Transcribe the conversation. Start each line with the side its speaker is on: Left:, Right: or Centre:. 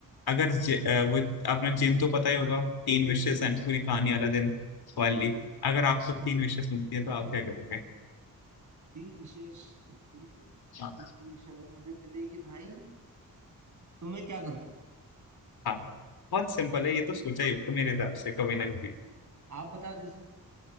Left: अगर ज- अ, वो आपने जिन तो पता ही होगा तीन विशेष एंड पूरी कहानी वाला दिन वाली अगर आपको तीन विशेष मिलती है तो आप क्या करोगे
Right: तीन विशेष मिलती है
Left: हाँ
Right: तीन विशेष अगर मुझे मिलेगी भाई तो मैं क्या करूंगा
Left: हाँ बहुत सिंपल है ये तो सोचा ही होगा मेरे हिसाब से कभी ना कभी
Right: आप बताओ जैसे